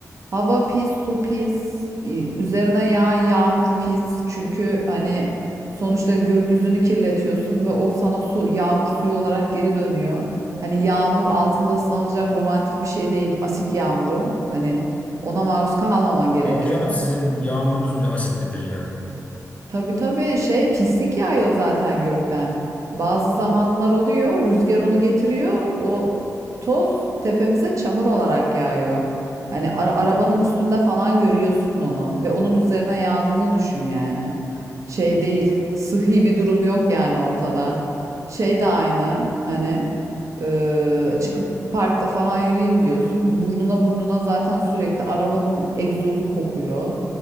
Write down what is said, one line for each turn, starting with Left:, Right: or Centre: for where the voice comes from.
Right: Hava pis, su pis, y- üzerine yağan yağmur pis. Çünkü hani sonuçta gökyüzünü kirletiyorsun ve o sana su, yağmur suyu olarak geri dönüyor. Hani yağmur altında ıslanılacak romantik bir şey değil. Asit yağmuru. Hani ona maruz kalmaman gerekiyor.
Left: Abi canım sizin yağmurunuz bile asitlidir ya.
Right: Tabii tabii şey pislik yağıyor zaten gökten. Bazı zamanlar oluyor rüzgar onu getiriyor o toz tepemize çamur olarak yağıyor. Hani ara- arabanın üstünde falan görüyorsun onu ve onun üzerine yağdığını düşün yani. Şey değil sıhhi bir durum yok yani ortada. Şey de aynı hani e, çıkıp parkta falan yürüyeyim diyorsun burnuna burnuna zaten sürekli arabanın egzozu kokuyor.